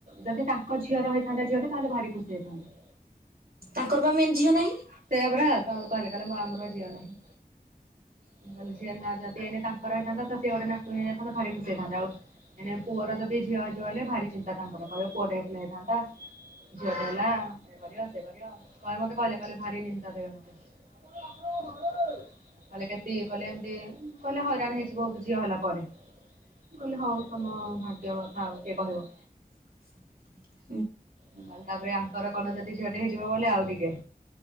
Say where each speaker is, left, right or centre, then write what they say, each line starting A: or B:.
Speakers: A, on the right; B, on the right.
A: ଯଦି ତାଙ୍କ ଝିଅ ର ହେଇଥାନ୍ତା ଝିଅ ଟେ ତାହେଲେ ଭାରି ଖୁସି ହେଇ ଥାନ୍ତେ।
B: ତାଙ୍କର ପା ମେନ୍ ଝିଅ ନାହିଁ।
A: ସେଇୟଆ ପରା ତମ କହିଲେ, କହିଲେ ଆମର ବା ଝିଅ ନାହିଁ।
B: <inaudible>
A: ମୁଁ କହିଲି ଝିଅ ନାଁ ଯଦି ଏଇନା ତାଙ୍କର ହେଇଥାନ୍ତା ତ ସେ ଗୋଟେ ନାତୁଣି ହେଇଯାଇଥାନ୍ତା ଭାରି ଖୁସି ହେଇଥାନ୍ତେ। ଆଉ ଏଇନା ପୁଅର ଯଦି ଝିଅ ହେଇଚି ମାନେ ଭାରି ଚିନ୍ତା ତାଙ୍କର କହିବେ ପୁଅଟ ହେଇ ହେଇଥାନ୍ତା। ଝିଅ ଟେ ହେଲା ଏ କରିବ ସେ କରିବ କହେ ମତେ କହିଲେ କହିଲେ ଭାରି ନିନ୍ଦା ଦେବେ ମୋତେ। କହିଲେ କେତ ଇଏକଲେ ଏମିତି କହିଲେ ହଇରାଣ ହେଇଛି ବହୁତ ଝିଅ ହେଲା ପରେ। ମୁଁ କହିଲି ହଉ ତମ ଭାଗ୍ୟ କଥା ଆଉ କିଏ କହିବ।
B: <inaudible>
A: କହିଲେ ତାପରେ ଆଙ୍କର କଣ ଜଦି ଝିଅ ଟେ ହେଇଯିବ ବଲେ ଆଉ ଟିକେ